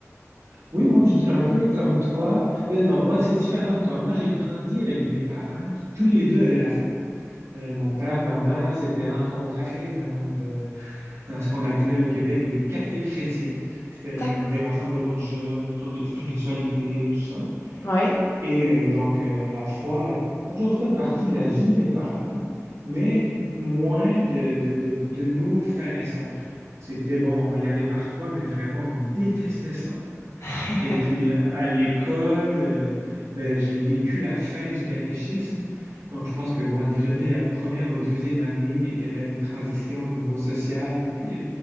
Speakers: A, on the right; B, on the left.
A: Oui, moi, je- un peu comme toi. Mais non, moi, c'est différent de toi. Moi, j'ai grandi avec des parents qui, tous les deux, avaient la foi. Euh, mon père, ma mère s'étaient rencontrés dans, de- dans ce qu'on appelait au Québec des cafés chrétiens. C'était un-
B: D'accord.
A: des rassemblements de jeunes autour de spiritualité, tout ça.
B: Oui.
A: Et euh, donc, euh, la foi a toujours fait partie de la vie de mes parents, mais moins de, de, de, de nos frères et sœurs. C'était, bon, on y allait parfois, mais vraiment, on détestait ça, quoi.
B: <laughs>
A: Et puis à l'école, euh, ben, j'ai vécu la fin du catéchisme. Donc je pense que moi, déjà dès la première ou deuxième année, il y avait une transition au niveau social et puis euh,